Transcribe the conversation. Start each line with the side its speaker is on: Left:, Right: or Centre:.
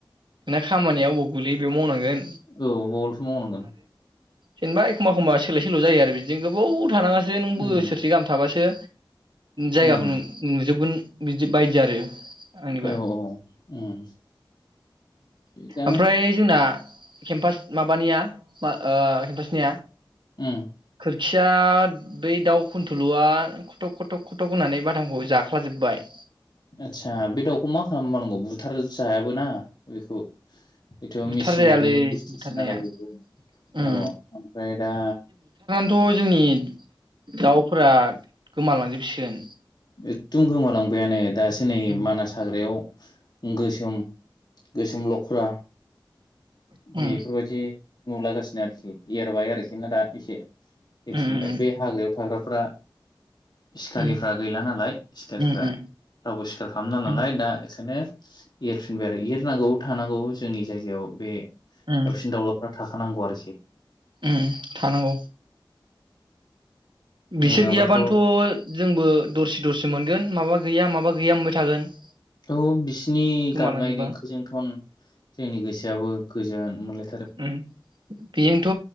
Right: ना खामानिया अबाव गोलैयो बेयाव मावनांगोन।
Left: औ बावलसो मावनांगोन।
Right: जेनबा एखमबा एखमबा सोलाय सोल जायो आरो बिदिनो गोबाव थानाङा सो नों
Left: उम
Right: बोसोरसे गाहाम थाबासो जायगाखौ
Left: उम
Right: नुजोबगोन बिदि बायदि आरो आंनिबा
Left: औ औ उम। थिगानो
Right: ओमफ्राय जोंना <unintelligible> केम्पास माबानिया ओ केमपासनिया
Left: उम
Right: खो खिया बै दाउ खुन्थुलुआ खथक खथक खथक होनानै बादामखौ जाख्लाजोबबाय
Left: आच्छा बे दाउखौ मा खालामबावनांगौ बुथार जायाबोना बेखौ? बेथ
Right: बुथार
Left: मिसिंगानि
Right: जायालै
Left: बुस्थुसो
Right: बुथारनाया
Left: नालाय बेयबो औ
Right: उम
Left: ओमफ्राय दा
Right: थ' जोंनि दाउफोरा गोमालांजोबसिगोन
Left: एखदम गोमालांबायानो दासो नै
Right: उम
Left: मानास हाग्रायाव गोसोम गोसोम लख्रा
Right: उम
Left: बेफोरबायदि नुलागासिनो आरोखि एरबाय आरोखि ना दा एसे हैफिनबाय
Right: उम उम
Left: बे हाग्रायाव थाग्रा फ्रा सिखारिफ्रा
Right: उम
Left: नालाय सिखारिफ्रा
Right: उम उम
Left: रावबो सिखार खालामला नालाय
Right: उम
Left: दा खानो एरफिनबाय आरो एरनांगौ थानांगौ जोंनि जायगायाव बे
Right: उम
Left: दाउसिन दाउलाफ्रा थाखानांगौ आरोखि
Right: उम थानांगौ। बिसोर
Left: नङाबाथ'
Right: गैयाबानोथ जोंबो दरसि दरसि मोनगोन माबा गैया माबा गैया मोनबाय थागोन।
Left: औ बिसिनि
Right: गोमालांजोबबा
Left: गाबनाय देंखोजोंथन जोंनि गोसोआबो गोजोन <unintelligible>
Right: उम बेजोंनोथ